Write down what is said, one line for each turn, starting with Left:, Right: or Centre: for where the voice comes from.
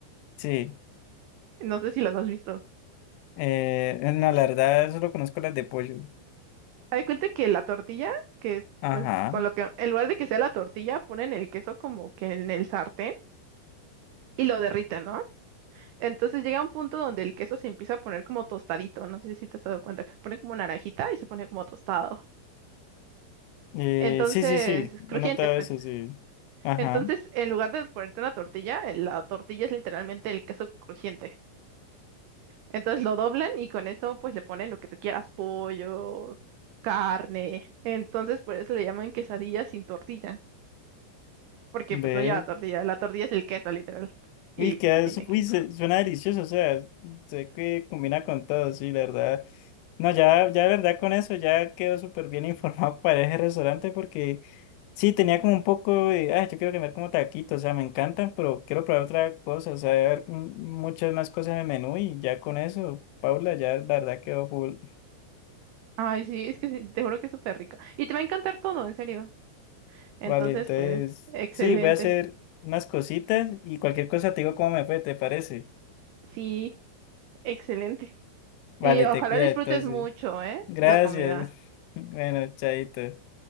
Left: Sí,
Right: No sé si las has visto.
Left: eh, no, la verdad solo conozco las de pollo.
Right: Hay cuenta que la tortilla, que es
Left: Ajá.
Right: pues con lo que, en lugar de que sea la tortilla, ponen el queso como que en el sartén y lo derriten, ¿no? Entonces llega un punto donde el queso se empieza a poner como tostadito, no sé si te has dado cuenta, que se pone como naranjita y se pone como tostado.
Left: Eh,
Right: Entonces,
Left: sí, sí, sí,
Right: crujiente,
Left: he notado
Right: pues.
Left: eso, sí. Ajá.
Right: Entonces, en lugar de ponerte una tortilla, la tortilla es literalmente el queso crujiente. Entonces lo doblan y con eso pues le ponen lo que tú quieras, pollo, carne. Entonces, por eso le llaman quesadilla sin tortilla. porque
Left: Ve,
Right: pues no lleva tortilla, la tortilla es el queso, literal. Y
Left: Uy, queda,
Right: pues sí tiene
Left: su-
Right: queso.
Left: uy, se- suena delicioso, o sea, sé que combina con todo, sí, la verdad. No, ya, ya de verdad con eso ya quedo súper bien informado <laughs> para ese restaurante porque sí, tenía como un poco de, ay, yo quiero comer como taquitos, o sea, me encantan, pero quiero probar otra cosa, o sea, debe haber m- muchas más cosas en el menú y ya con eso, Paula, ya la verdad quedó full.
Right: Ay, sí, es que sí, te juro que es súper rico. Y te va a encantar todo, en serio. Entonces,
Left: Vale, entonces,
Right: pues, excelente.
Left: sí, voy a hacer unas cositas y cualquier cosa te digo cómo me fue, ¿te parece?
Right: Sí, excelente.
Left: Vale,
Right: Y ojalá
Left: te cuida
Right: disfrutes
Left: entonces.
Right: mucho, ¿eh?
Left: Gracias.
Right: La comida.
Left: <laughs> Bueno, chaito.